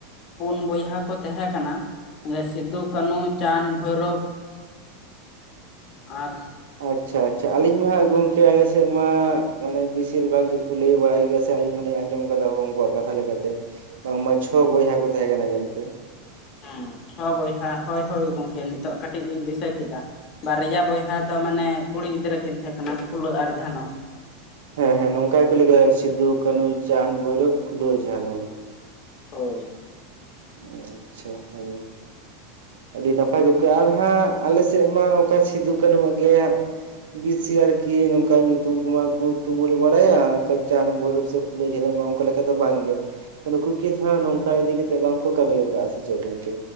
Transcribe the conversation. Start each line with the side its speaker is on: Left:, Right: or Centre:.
Left: ᱯᱩᱱ ᱵᱚᱭᱦᱟ ᱠᱚ ᱛᱟᱦᱮᱸ ᱠᱟᱱᱟ ᱥᱤᱫᱩ ᱠᱟᱱᱱᱩ ᱪᱟᱸᱫᱽ ᱵᱷᱳᱭᱨᱚᱵ <inaudible> ᱟᱨ
Right: ᱟᱪᱷᱟ ᱟᱪᱷᱟ ᱟᱹᱞᱤᱧ ᱢᱟ ᱦᱜ ᱜᱚᱢᱠᱮ ᱟᱞᱮ ᱥᱮᱫ ᱢᱟ ᱢᱟᱱᱮ ᱵᱮᱥᱤᱨ ᱵᱷᱟᱜᱽ ᱜᱮᱠᱚ ᱞᱟᱹᱭ ᱵᱟᱲᱟᱭ ᱜᱮᱭᱟ ᱥᱮ ᱟᱞᱤᱧ ᱦᱚᱞᱤᱧ ᱟᱸᱡᱚᱢ ᱟᱠᱟᱫᱟ ᱩᱱᱠᱩᱣᱟᱜ ᱠᱟᱛᱷᱟ ᱞᱮᱠᱟᱛᱮ ᱵᱟᱝᱢᱟ ᱪᱷᱚ ᱵᱚᱭᱦᱟ ᱠᱚ ᱛᱟᱦᱮᱸ ᱠᱟᱱᱟ ᱢᱮᱱᱛᱮ
Left: ᱦᱮᱸ ᱦᱚᱸ ᱵᱚᱭᱦᱟ ᱦᱳᱭ ᱦᱳᱭ ᱜᱚᱝᱠᱮ ᱱᱤᱛᱚᱜ ᱠᱟᱹᱴᱤᱡ ᱞᱤᱧ ᱫᱤᱥᱟᱹ ᱠᱮᱫᱟ ᱵᱟᱨᱭᱟ ᱵᱚᱭᱦᱟ ᱫᱚ ᱢᱟᱱᱮ ᱠᱩᱲᱤ ᱜᱤᱫᱽᱨᱟᱹ ᱠᱤᱱ ᱛᱟᱦᱮᱸ ᱠᱟᱱᱟ ᱯᱷᱩᱞᱚ ᱟᱨ ᱡᱷᱟᱱᱚ
Right: ᱦᱮᱸ ᱦᱮᱸ ᱱᱚᱝᱠᱟ ᱜᱮᱠᱚ ᱞ ᱥᱤᱫᱩ ᱠᱟᱹᱱᱩ ᱪᱟᱸᱫᱽ ᱵᱷᱳᱭᱨᱳᱵ ᱯᱷᱩᱞᱳ ᱡᱷᱟᱱᱳ
Left: ᱦᱳᱭ
Right: ᱟᱪᱪᱷᱟ ᱦᱳ ᱟᱹᱰᱤ ᱱᱟᱯᱟᱭ ᱜᱚᱸᱠᱮ ᱟᱨ ᱦᱟᱸᱜ ᱟᱞᱮ ᱥᱮᱫ ᱢᱟ ᱱᱚᱝᱠᱟ ᱥᱤᱫᱩ ᱠᱟᱹᱱᱩ ᱟ ᱜᱮ ᱵᱤᱥᱤ ᱟᱨᱠᱤ ᱱᱚᱝᱠᱟ ᱧᱩᱛᱩᱢ ᱠᱩᱢᱟ ᱠᱩ ᱛᱩᱢᱟᱹᱞ ᱵᱟᱲᱟᱭᱟ ᱠᱟ ᱪᱟ ᱵᱷᱳᱭᱵ ᱥᱮ ᱡᱷᱟᱹᱱᱚᱜ ᱢᱟ ᱚᱱᱠᱟ ᱞᱮᱠᱟ ᱫᱚ ᱵᱟᱝᱜᱮ ᱱᱩᱠᱩ ᱜᱮ ᱱᱚᱝᱠᱟ ᱤᱫᱤᱠᱟ ᱠᱟᱛᱮᱜ ᱵᱟᱝ ᱠᱩ ᱠᱟᱹᱢᱤ ᱠᱟᱜ-ᱟ ᱥᱮ ᱪᱮᱫ ᱜᱚᱝᱠᱮ